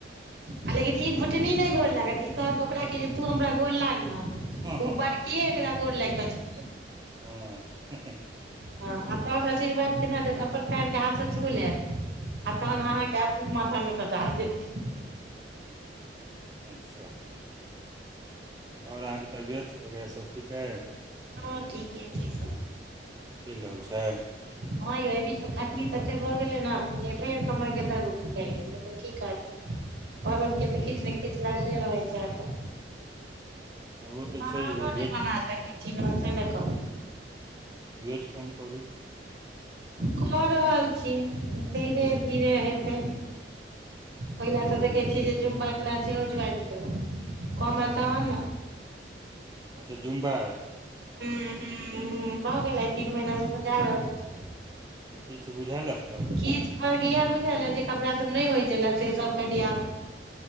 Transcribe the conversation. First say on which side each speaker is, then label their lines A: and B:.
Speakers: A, on the right; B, on the right.
A: आ लेकिन ई घुटनी नै गोर लागत, ई कहत ओकरा कि जे तू हमरा गोर लाग नै,
B: हँ
A: उ
B: हँ
A: बड़ के एकरा गोर लाग के
B: हां।
A: हां आ तब आशीर्वाद केना देत अपन पैएर के हाथ से छू लेब आ तहन
B: हूँ
A: अहाँ के अपन माथा मे सटा देत।
B: अच्छा। और अहाँ के तबियत वगैरा सब ठीक अय,
A: हँ ठीके छै
B: चैल रहल छै।
A: हां यौ ए बीच मे खटनी तते भऽ गेलै ने जे फेर कमर के दर्द उठ गेलै, लेकिन की कर औरत
B: हूँ
A: के तऽ किछ नै किछ लगले रहै छै अ
B: ओ तऽ
A: बहानो
B: छैहे वेट
A: नै बना सकै छी नु से ने कहु।
B: वेट कम करू।
A: कऽ रहल छी धीरे-धीरे हेतै। पहिला
B: हूँ
A: तऽ देखै छी जे जुम्बा क्लास सेहो ज्वाइन केलु कमा ए तहन नै।
B: अच्छा जूम्बा।
A: हुं-हुं-हुं भ गेलै तीन महिना से तऽ जा रहल छी।
B: तऽ किछ बुझाएल अय फर्क।
A: किछ फर्क इहाए बुझाएल अय जे कपड़ा सब नै होय छलै से सब कनि आब